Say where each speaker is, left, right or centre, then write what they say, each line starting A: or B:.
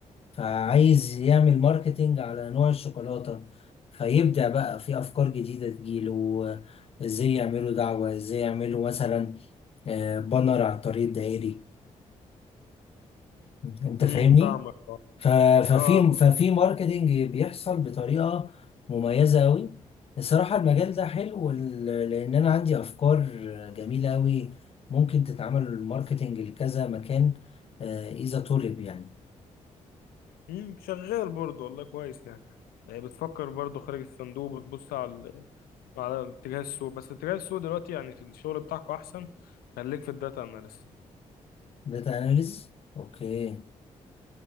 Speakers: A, on the left (about 40°); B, on the left (about 85°).
A: فعايز يعمل ماركتينج على نوع الشوكولاتة فيبدع بقى في أفكار جديدة تجيله آه، إزاي يعملوا دعوة إزاي يعملوا مثلا آه، بانر على الطريق الدائري أنت
B: امم
A: فاهمني؟
B: فاهمك اه
A: ف- ففي
B: آه.
A: ففي ماركتينج بيحصل بطريقة مميزة أوي الصراحة المجال ده حلو ل- لأن أنا عندي أفكار جميلة أوي ممكن تتعمل الماركتينج لكذا مكان آه، إذا طلب يعني
B: امم شغال برضه والله كويس يعني يعني بتفكر برضه خارج الصندوق بتبص على ال... على اتجاه السوق بس اتجاه السوق دلوقتي يعني في الشغل بتاعكوا احسن خليك في الداتا اناليست
A: داتا أناليز أوكي